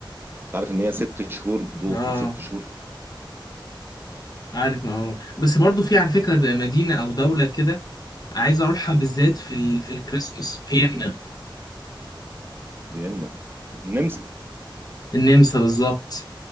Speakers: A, on the right; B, on the left.
A: انت عارف ان هي ست شهور ضوء
B: اه
A: وست شهور
B: عارف معلومة بس برضه في على فكرة ده مدينة أو دولة كده عايز أروحها بالذات في ال... في الكريسماس فيينا
A: فيينا النمسا
B: النمسا بالظبط